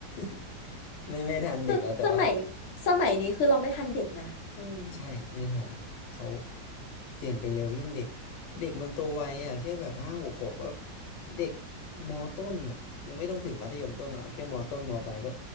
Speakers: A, on the left; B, on the left.
A: <laughs> ไม่ไม่ทันเด็กแล้วแต่ว่า
B: สสมัยสมัยนี้คือเราไม่ทันเด็กนะอืม
A: ใช่ไม่ทันเขาเปลี่ยนไปเร็วยิ่งเด็กเด็กมันโตไวอ่ะแค่แบบห้าหกขวบก็เด็กมอต้นอ่ะยังไม่ต้องถึงมัธยมต้นอ่ะเอาแค่มอต้นมอปลายก็